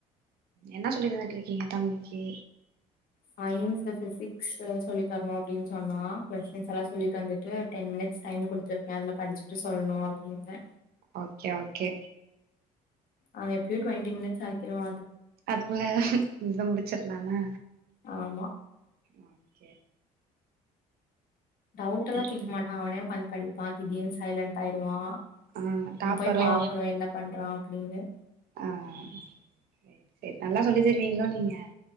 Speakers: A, on the right; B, on the left.
A: என்ன சொல்லி தந்துட்டு இருக்கீங்க தம்பிக்கு
B: சயின்ஸ் பிசிக்ஸ் சொல்லி தரணு அப்படின் சொன்னா கொஸிடின்ஸ் எல்லா சொல்லி தந்துட்டு டென் மினிட்ஸ் டைம் குடுத்துருக்கே அதுல படிச்சுட்டு சொல்லணு அப்படின்ன
A: ஓகே ஓகே
B: ஆவன் எப்படியும் டுவெண்டி மினிட்ஸ் ஆகிடுவ
A: அதுவ <unintelligible> முடி வச்சரலாமா
B: ஆமா
A: ஓகே
B: டவுட்
A: ம்
B: எல்லாம் கேக்க மாட்டா அவனே உக்காந்து படிப்பான் திடீர்னு சைலண்ட் ஆயிருவான்
A: ஆ
B: நா
A: டாப்பரோ
B: போய் பார்கக்கணும் என்ன பண்றான் அப்படின்னு
A: ஆஹ் சரி சரி நல்லா சொல்லி தருவீங்களோ நீங்க